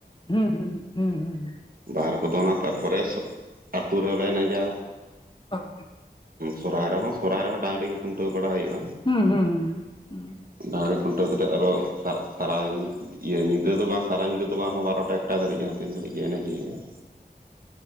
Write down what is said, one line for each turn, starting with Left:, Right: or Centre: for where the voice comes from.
Left: ᱦᱩᱸ ᱦᱩᱸ ᱦᱩᱸ ᱦᱩᱸ ᱦᱸ
Right: ᱵᱟᱨ ᱨᱮ ᱠᱚ ᱫᱚᱱᱟ ᱛᱟᱨᱯᱚᱨᱮ ᱟᱹᱛᱩ ᱨᱮᱦᱚᱸᱞᱮ ᱮᱱᱮᱡᱟ
Left: ᱚ <unintelligible>
Right: ᱥᱚᱨᱚᱨᱟᱭ ᱨᱮᱦᱚᱸ ᱥᱚᱨᱦᱟᱭ ᱨᱮᱦᱚᱸ ᱰᱟᱝᱨᱤ ᱠᱚ ᱠᱷᱩᱱᱴᱟᱹᱣ ᱵᱟᱲᱟ ᱦᱩᱭᱩᱜᱼᱟ
Left: ᱦᱩᱸ ᱦᱩᱸ ᱦᱩᱸ
Right: ᱰᱟᱝᱨᱤ ᱠᱷᱩᱱᱴᱟᱹᱣ ᱠᱟᱛᱮᱜ ᱟᱨᱚ ᱥᱟᱨ- ᱥᱟᱨᱟᱣᱧ ᱤᱭᱟᱹ ᱧᱤᱫᱟᱹ ᱫᱚ ᱵᱟᱝ ᱥᱟᱨᱟ ᱧᱤᱫᱟᱹ ᱫᱚ ᱵᱟᱝ ᱦᱚᱸ ᱵᱟᱨᱚᱴᱟ ᱴᱟᱜ ᱴᱟ ᱫᱷᱟ. ᱨᱤᱜ ᱥᱮᱱ ᱠᱟᱛᱮ ᱜᱮ ᱮᱱᱮᱡ ᱜᱮ ᱦᱩᱭᱩᱜᱼᱟ